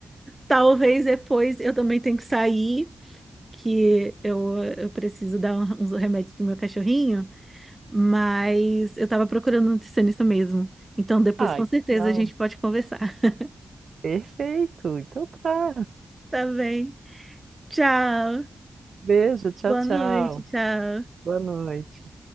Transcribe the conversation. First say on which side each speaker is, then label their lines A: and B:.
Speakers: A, on the right (about 20°); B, on the right (about 70°).
A: talvez depois eu também tenho que sair, que eu, eu preciso dar um- uns remédios pro meu cachorrinho, mas eu estava procurando um nutricionista mesmo. Então, depois
B: ai,
A: com certeza
B: que legal.
A: a gente pode conversar. <laughs>
B: Perfeito, então tá.
A: Tá bem. Tchau.
B: Beijo, tchau,
A: Boa
B: tchau.
A: noite, tchau.
B: Boa noite.